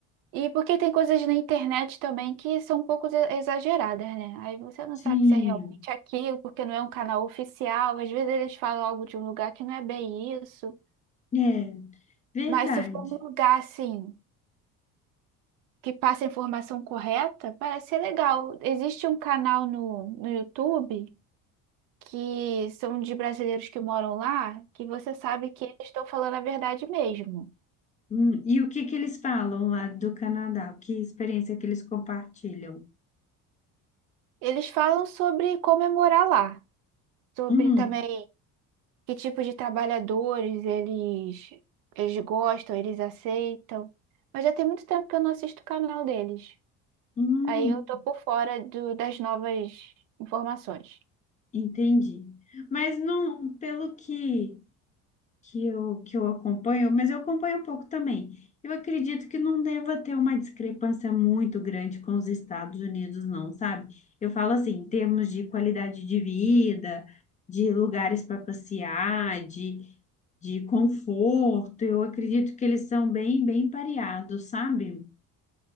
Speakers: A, on the right; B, on the left.
A: e porque tem coisas na internet também que são um pouco exa- exageradas, né? Aí você não
B: Sim,
A: sabe se é realmente aquilo, porque não é um canal oficial. Às vezes eles falam algo de um lugar que não é bem isso.
B: é verdade.
A: Mas se for um lugar assim. que passa a informação correta, parece ser legal. Existe um canal no, no YouTube que são de brasileiros que moram lá, que você sabe que eles estão falando a verdade mesmo.
B: Hum, e o que que eles falam lá do Canadá? Que experiência que eles compartilham?
A: Eles falam sobre como é morar lá, sobre
B: Hum,
A: também que tipo de trabalhadores eles, eles gostam, eles aceitam. Mas já tem muito tempo que eu não assisto o canal deles.
B: hum,
A: Aí eu tô por fora do- das novas informações.
B: entendi. Mas não, pelo que, que eu, que eu acompanho, mas eu acompanho um pouco também. Eu acredito que não deva ter uma discrepância muito grande com os Estados Unidos, não, sabe? Eu falo assim, em termos de qualidade de vida, de lugares para passear, de, de conforto, eu acredito que eles são bem, bem pareados, sabe?